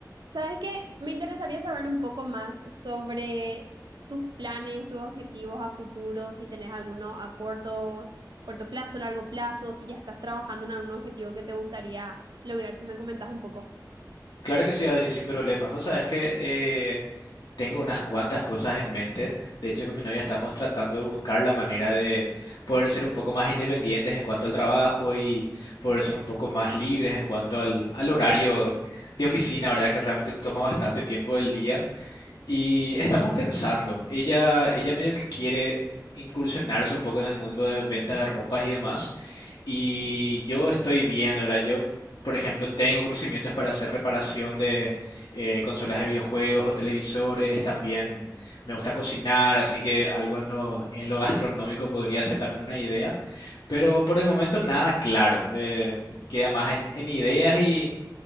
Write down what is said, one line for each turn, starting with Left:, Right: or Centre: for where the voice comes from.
Right: ¿Sabes qué? Me interesaría saber un poco más sobre tus planes, tus objetivos a futuro, si tenés alguno a corto, corto plazo, largo plazo, si ya estás trabajando en algún objetivo que te gustaría lograr, si me comentas un poco.
Left: Claro que sí, Adri, sin problemas. Vos sabés que eh, tengo unas cuantas cosas en mente. De hecho, con mi novia estamos tratando de buscar la manera de poder ser un poco más independientes en cuanto al trabajo y poder ser un poco más libres en cuanto al, al horario de oficina, ¿verdad? Que realmente te toma bastante tiempo del día. Y estamos pensando, ella, ella medio que quiere incursionarse un poco en el mundo de venta de ropas y demás. Y yo estoy bien, ahora yo, por ejemplo, tengo conocimientos para hacer reparación de eh, consolas de videojuegos o televisores, también me gusta cocinar, así que algo en lo, en lo gastronómico podría ser también una idea. Pero por el momento nada claro, eh, queda más en, en ideas y,